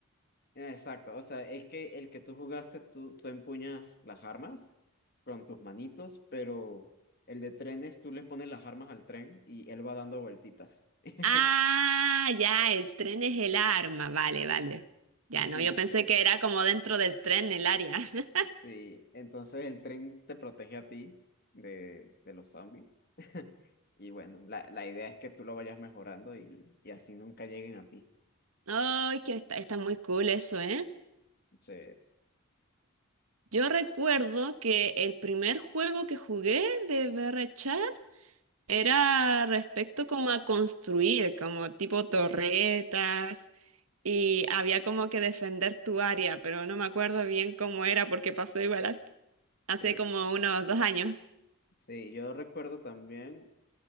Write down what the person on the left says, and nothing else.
Exacto, o sea, es que el que tú jugaste, tú, tú empuñas las armas con tus manitos, pero el de trenes, tú le pones las armas al tren y él va dando vueltitas. <laughs>
Sí,
sí,
sí. Entonces el tren te protege a ti de, de los zombies. <laughs> Y bueno, la, la idea es que tú lo vayas mejorando y, y así nunca lleguen a ti.
Sí,
sí,
sí. Yo recuerdo también